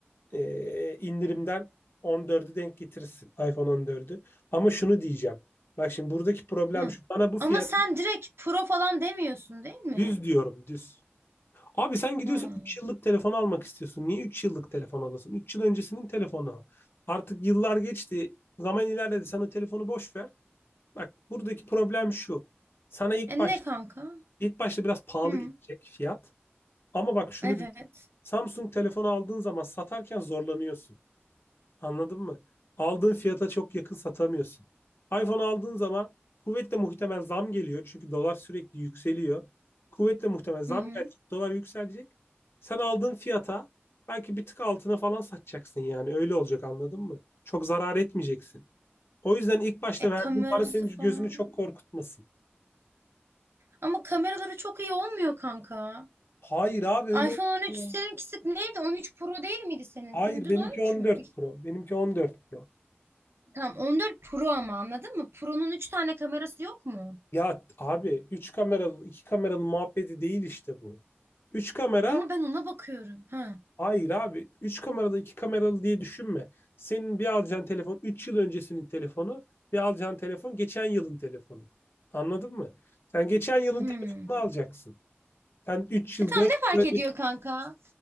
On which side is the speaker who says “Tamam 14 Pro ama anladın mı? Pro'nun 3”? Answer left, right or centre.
Right